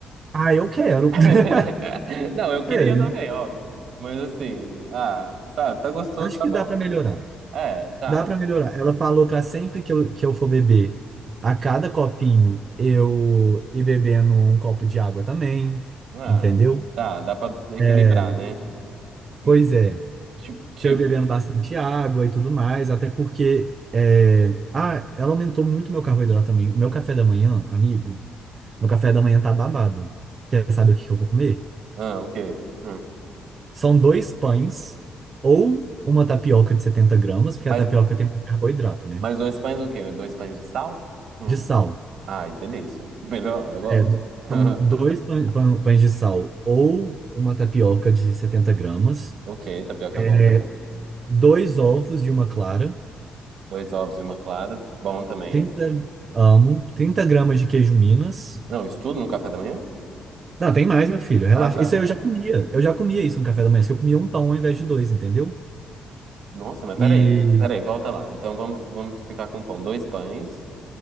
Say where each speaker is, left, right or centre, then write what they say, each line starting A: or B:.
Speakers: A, on the right; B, on the right.
A: Ah, eu quero,
B: <laughs>
A: <laughs>
B: Não, eu queria
A: sério.
B: também, óbvio. Mas assim, ah, sabe, tá gostoso,
A: Acho
B: tá
A: que
B: bom.
A: dá pra melhorar.
B: É, tá.
A: Dá pra melhorar. Ela falou pra sempre que eu, que eu for beber, a cada copinho, eu ir bebendo um copo de água também,
B: Ah,
A: entendeu?
B: tá, dá pra equilibrar,
A: É,
B: né?
A: pois
B: Hum.
A: é,
B: Ti- Tipo,
A: tô eu bebendo bastante água e tudo mais, até porque é, ah, ela aumentou muito meu carboidrato também. O meu café da manhã, amigo,
B: hum,
A: meu café da manhã tá babado. Quer saber o que que eu vou comer?
B: ah, o quê? Hum.
A: São dois pães ou uma tapioca de 70 gramas, porque
B: Mas,
A: a tapioca tem mais carboidrato, né?
B: mas dois pães o quê? Dois pães de sal? Hum.
A: De sal.
B: Ai, delícia. <laughs> Melhor, eu gosto.
A: É, do-
B: <laughs>
A: então, dois pã- pã- pães de sal ou uma tapioca de 70 gramas,
B: Ok, tapioca
A: é,
B: é bom também.
A: dois ovos e uma clara,
B: Dois ovos e uma clara, bom também.
A: 30, amo, 30 gramas de queijo Minas.
B: Não, isso tudo no café da manhã?
A: Não, tem mais, meu filho, relaxa.
B: Ah, tá.
A: Isso aí eu já comia. Eu já comia isso no café da manhã, só que eu comia um pão ao invés de dois, entendeu?
B: Nossa, mas peraí.
A: E
B: Peraí, volta lá. Então vamos, vamos ficar com pão. Dois pães.